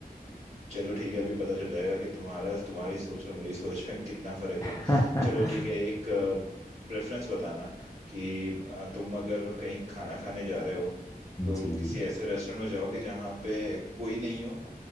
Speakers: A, on the right; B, on the left.
A: चलो ठीक है अभी पता चल जाएगा कि तुम्हारा तुम्हारी सोच और मेरी सोच में कितना फर्क
B: <laughs>
A: है चलो ठीक है एक प्रेफरेंस बताना कि अ, तुम अगर कहीं खाना खाने जा रहे हो तो
B: जी
A: किसी
B: जी
A: ऐसे रेस्टोरेंट में जाओगे जहाँ पे कोई नहीं हो